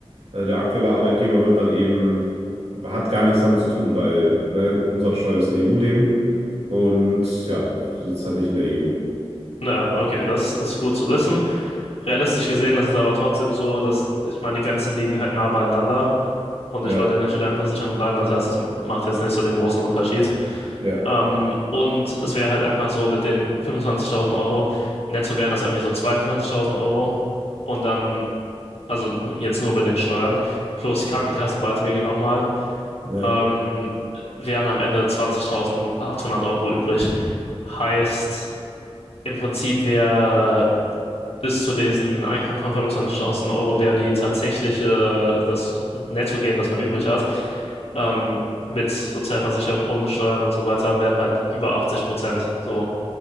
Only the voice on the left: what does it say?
Ja, okay, das ist gut zu wissen. Realistisch gesehen ist es aber trotzdem so, dass ich meine, die Grenzen liegen halt nah beieinander und
ich würde in der Studentenversicherung bleiben. Das heißt, es macht jetzt nicht so den großen Unterschied.
Ähm, und es wäre halt einfach so mit den 25.000 Euro, netto wären das irgendwie so 22.000 Euro und dann, also jetzt nur mit den Steuern plus Krankenkassenbeiträge nochmal,
ähm, wären am Ende 20.800 Euro übrig. Heißt, im Prinzip wäre bis zu diesen Einkommen von 25.000 Euro wäre die tatsächliche, äh, das Nettogeld, was man übrig hat, ähm, mit Sozialversicherung und Steuern und so weiter, wären halt über 80 Prozent. So,